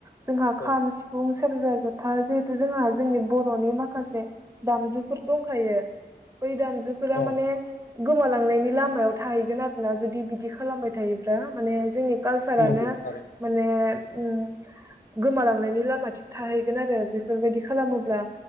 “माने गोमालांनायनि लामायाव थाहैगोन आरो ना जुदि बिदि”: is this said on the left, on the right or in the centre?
Right